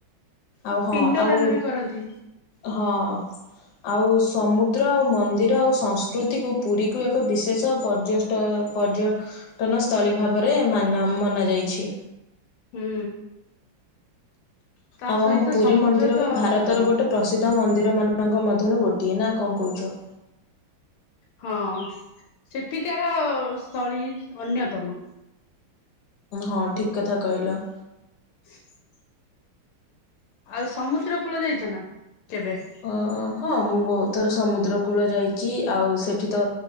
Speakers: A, on the left; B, on the left.
A: ଆଉ ହଁ
B: ପିଣ୍ଡ
A: ଆଉ
B: ଦାନ ବି କରନ୍ତି
A: ହଁ ଆଉ ସମୁଦ୍ର ଆଉ ମନ୍ଦିର ଆଉ ସଂସ୍କୃତିକୁ ପୁରୀ କୁ ଏକ ବିଶେଷ ପର୍ଯ୍ୟଷ୍ଟ ପର୍ଯ୍ୟ ଟନ ସ୍ଥଳୀ ଭାବରେ ମାନ୍ୟ ମନା ଯାଇଛି।
B: ହୁଁ। ତା
A: ଆଉ
B: ସହିତ
A: ଆମ ପୁରୀ
B: ସମୁଦ୍ର
A: ମନ୍ଦିର
B: ତ
A: ବି ଭାରତର
B: ଅନ୍ୟତମ
A: ଗୋଟେ ପ୍ରସିଦ୍ଧ ମନ୍ଦିରମାନଙ୍କ ମଧ୍ୟରୁ ଗୋଟିଏ ନା କଣ କହୁଚ?
B: ହଁ ସେଠିକାର ସ୍ଥଳୀ ଅନ୍ୟତମ।
A: ହଁ ଠିକ୍ କଥା କହିଲ।
B: <inaudible> ଆଉ ସମୁଦ୍ର କୂଳ ଯାଇଚ ନା କେବେ?
A: ହଁ ହଁ ମୁଁ ବହୁତ୍ ଥରେ ସମୁଦ୍ର କୂଳ ଯାଇଚି ଆଉ ସେଠି ତ